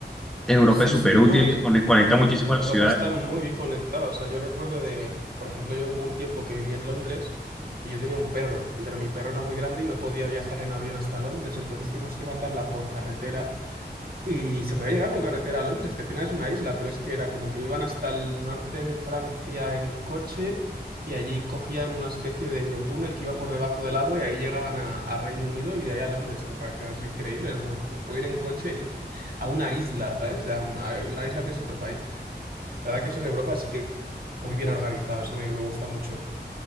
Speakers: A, in the centre; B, on the right.
A: En Europa
B: Sí,
A: es súper
B: sí,
A: útil,
B: no, y
A: con- conecta muchísimo
B: En
A: a las
B: Europa
A: ciudades.
B: está muy bien conectado. O sea, yo recuerdo de, por ejemplo, yo hubo un tiempo que viví en Londres y yo tenía un perro, pero mi perro era muy grande y no podía viajar en avión hasta Londres. Entonces tuvimos que mandarla por carretera y se podía llegar por carretera a Londres, que al final es una isla, pero es que era como que iban hasta el norte de Francia en coche y allí cogían una especie de eurotúnel que iba por debajo del agua y ahí llegaban a, a Reino Unido y de ahí a Londres. Y me pareció eso increíble. Es como, puedo ir en coche <laughs> a una isla, ¿sabes? A una, a una isla que es otro país. La verdad que eso en Europa sí que muy bien organizado, eso me, me gusta mucho.